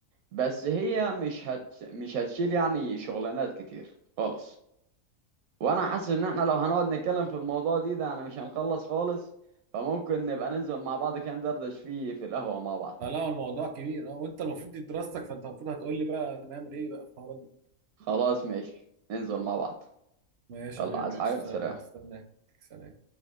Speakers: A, on the right (about 85°); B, on the right (about 65°).
A: بس هي مش هت مش هتشيل يعني شغلانات كتير خالص وانا حاسس ان احنا لو هنقعد نتكلم في الموضوع دي ده انا مش هنخلص خالص فممكن نبقى ننزل مع بعض كده ندردش فيه في القهوه مع بعض
B: آه، لا الموضوع كبير اه وانت المفروض دي دراستك فانت المفروض هتقول لي بقى نعمل ايه بقى في الحوارات دي
A: خلاص ماشي ننزل مع بعض
B: ماشي
A: يلا
B: يا غالي
A: عايز حاجه
B: اشتغل
A: سلام
B: هستناك سلام